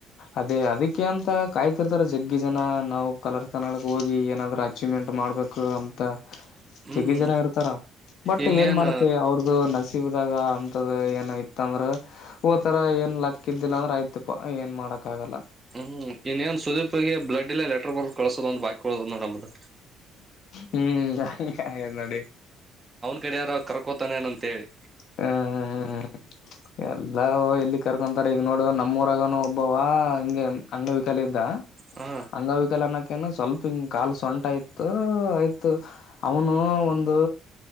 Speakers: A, on the left; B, on the right.
A: ಅದೇ ಅದಕ್ಕೆ ಅಂತ ಕಾಯ್ತಿರ್ತಾರ ಜಗ್ಗಿ ಜನ ನಾವು ಕಲರ್ ಕನ್ನಡಕ್ ಹೋಗಿ ಏನಾದ್ರ ಅಚೀವ್ಮೆಂಟ್ ಮಾಡ್ಬೇಕು ಅಂತ
B: ಹ್ಮ್
A: ಚೆಗ್ಗಿ ಜನ ಇರ್ತಾರ ಬಟ್
B: ಇನ್ನೇನ್
A: ಏನ್ ಮಾಡತ್ತ ಅವ್ರ ಇದು ನಸೀಬದಾಗ ಅಂತದ ಏನ ಇತ್ತಂದ್ರ ಹೋತರ ಏನ್ ಕ್ಕ ಇದಿಲ್ಲ ಅಂದ್ರ ಆಯ್ತಿಪ್ಪಾ ಏನ್ ಮಾಡಕ್ ಆಗಲ್ಲ
B: ಹ್ಮ್ ಇನ್ನೇನ್ ಸುದೀಪ್ಗೆ ಬ್ಲಡ್ ಅಲ್ಲಿ ಲೆಟರ್ ಬರೆದು ಕಳಸದ ಒಂದು ಬಾಕಿ ಉಳಿದಿದೆ ನೋಡು ನಮ್ದು
A: ಹ್ಮ್ ಹಂಗೆ ಹ್ಯಾಗೋದು ನೋಡಿ
B: ಕಡಾರ ಕರ್ಕೋತಾನೇ ಏನ ಅಂತ ಹೇಳಿ
A: ಹಾ ಹಾ ಹಾ ಹ
B: <unintelligible>
A: ಎಲ್ಲ ಎಲ್ಲಿ ಕರ್ಕೊಂತಾರ ಈಗ ನೋಡ ನಮ್ಮೂರಗನ ಒಬ್ಬವ ಹಂಗೆ ಅಂಗವಿಕಲ್ ಇದ್ದ
B: ಹಾ
A: ಹಂಗವಿಕಲ್ ಅನ್ನಕನ ಸ್ವಲ್ಪ ಹಿಂಗ ಕಾಲು ಸೊಂಟಯ್ತು ಆಯ್ತು ಅವನು ಒಂದು